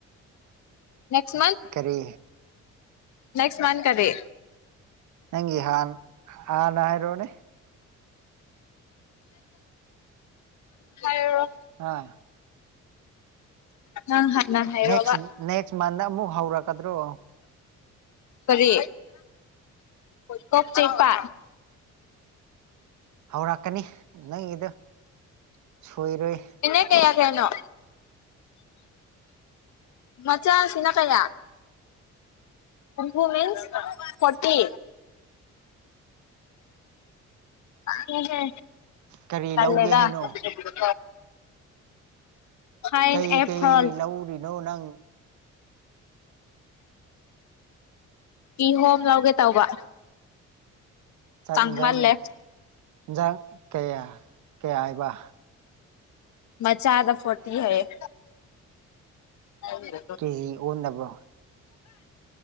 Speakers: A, on the left; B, on the right.
A: ꯅꯦꯛꯁ ꯃꯟꯊ
B: ꯀꯔꯤ
A: ꯅꯦꯛꯁ ꯃꯟ ꯀꯔꯤ
B: ꯅꯪꯒꯤ ꯍꯥꯟ ꯍꯥꯟꯅ ꯍꯥꯏꯔꯣꯅꯦ
A: ꯍꯥꯏꯔꯔꯣ
B: ꯑꯥ
A: ꯅꯪ ꯍꯥꯟꯅ ꯍꯥꯏꯔꯣꯕ
B: ꯅꯦꯛꯁ ꯅꯦꯛꯁ ꯃꯟꯗ ꯑꯃꯨꯛ ꯍꯧꯔꯛꯀꯗ꯭ꯔꯣ
A: ꯀꯔꯤ ꯀꯣꯛ ꯆꯤꯛꯄ
B: ꯍꯧꯔꯛꯀꯅꯤ ꯅꯪꯒꯤꯗꯣ ꯁꯣꯏꯔꯣꯏ
A: ꯏꯅꯦ ꯀꯌꯥ ꯀꯌꯥꯅꯣ ꯃꯆꯥꯁꯤꯅ ꯀꯌꯥ ꯍꯨꯝꯐꯨ ꯃꯤꯟꯁ ꯐꯣꯔꯇꯤ ꯂꯥꯡꯢꯍꯦ
B: ꯀꯔꯤ
A: ꯇꯜꯂꯦꯗ
B: ꯂꯧꯒꯦ ꯍꯥꯏꯅꯣ
A: <unintelligible> ꯐꯥꯏꯟ
B: ꯀꯩ
A: ꯑꯦ
B: ꯀꯩ
A: ꯐꯣꯟ
B: ꯂꯧꯔꯤꯅꯣ ꯅꯪ
A: ꯀꯤ ꯍꯣꯝ ꯂꯧꯒꯦ ꯇꯧꯕ
B: ꯆꯥꯛ
A: ꯇꯥꯡꯃꯜꯂꯦ
B: ꯑꯦꯟꯖꯥꯡ ꯑꯦꯟꯖꯥꯡ ꯀꯌꯥ ꯀꯌꯥ ꯍꯥꯏꯕ
A: ꯃꯆꯥꯥꯗ ꯐꯣꯔꯇꯤ ꯍꯥꯢꯌꯦ <unintelligible>
B: ꯍꯌꯦꯡ ꯑꯣꯟꯅꯕ꯭ꯔꯣ